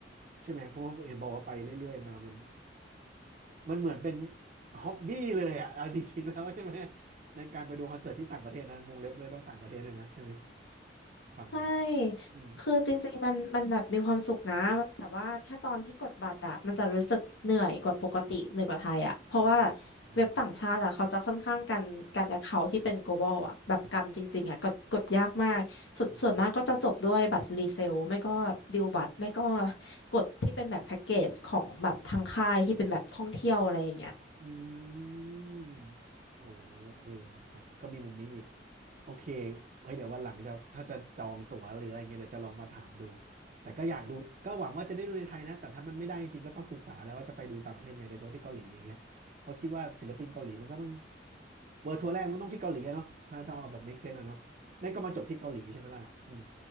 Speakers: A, on the right (about 45°); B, on the left (about 85°).
A: ใช่ไหมเพราะว่าเห็นบอกว่าไปเรื่อยๆมามันมันเหมือนเป็นฮ็อบบี้เลยอะเอา <laughs> จริงๆแล้วใช่ไหมในการไปดูคอนเสิร์ตที่ต่างประเทศนะวงเล็บเลยต้องต่างประเทศด้วยนะใช่ไหมฟังมา
B: ใช่
A: อืม
B: คือจริงๆ มันมันแบบมีความสุขนะแต่ว่าถ้าตอนที่กดบัตรอะมันจะรู้สึกเหนื่อยกว่าปกติ เหนื่อยกว่าไทยอะเพราะว่า
A: อืม
B: เว็บต่างชาติอะเขาจะค่อนข้างกัน กันแอคเคาท์ที่เป็น global อะแบบกันจริงๆอะกดกดยากมากส่วนส่วนมากก็จะจบด้วยบัตรรีเซลไม่ก็ดิวบัตร
A: อืม
B: ไม่ก็กดที่เป็นแบบแพ็กเกจของแบบทางค่ายที่เป็นแบบท่องเที่ยวอะไรอย่างเงี้ย
A: อืมโอ้เออใช่ก็มีมุมนี้อีก โอเคไว้เดี๋ยววันหลังจะถ้าจะจองตั๋วหรืออะไรเงี้ยเดี๋ยวจะลองมาถามดูแต่ก็อยากดู ก็หวังว่าจะได้ดูในไทยนะ แต่ถ้ามันไม่ได้จริงๆก็ต้องปรึกษาแล้วว่าจะไปดูต่างประเทศไงโดยเฉพาะที่เกาหลีอย่างเงี้ยเพราะคิดว่าศิลปินเกาหลีมันก็ต้องเวิร์ทัวร์แรกมันก็ต้องที่เกาหลีอะเนาะถ้าถ้าเอาแบบ make sense อะเนาะไม่ก็มาจบที่เกาหลีใช่ไหมล่ะอืม